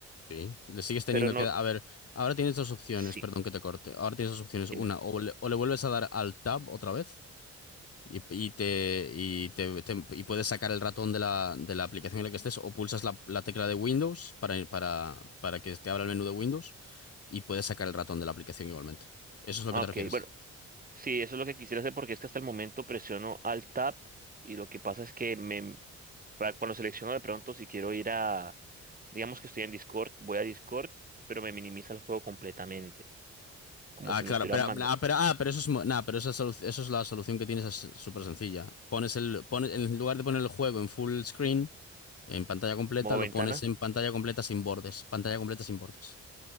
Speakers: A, on the left (about 55°); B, on the right (about 30°).
A: sí. Le sigues teniendo
B: Pero no,
A: que... dar- A ver, ahora tienes dos opciones,
B: sí,
A: perdón que te corte. Ahora tienes dos opciones.
B: dime.
A: Una, o le, o le vuelves a dar al tab otra vez Y, y te, y, te- te- y puedes sacar el ratón de la, de la aplicación en la que estés o pulsas la, la tecla de Windows para, para, para que te abra el menú de Windows y puedes sacar el ratón de la aplicación igualmente. ¿Eso es lo
B: Ok,
A: que te refieres?
B: bueno, sí, eso es lo que quisiera hacer porque es que hasta el momento presiono Alt Tab y lo que pasa es que me, para- cuando selecciono de pronto si quiero ir a, digamos que estoy en Discord, voy a Discord, pero me minimiza el juego completamente, como
A: Ah,
B: si
A: claro,
B: me lo estuvieran
A: pero,
B: mandando.
A: ah, pero, ah, pero eso es, mo- nah, pero esa solu- eso es la solución que tienes, es súper sencilla. Pones el, pones, en lugar de poner el juego en full screen, en pantalla completa,
B: Modo
A: lo
B: ventana,
A: pones en pantalla completa sin bordes, pantalla completa sin bordes.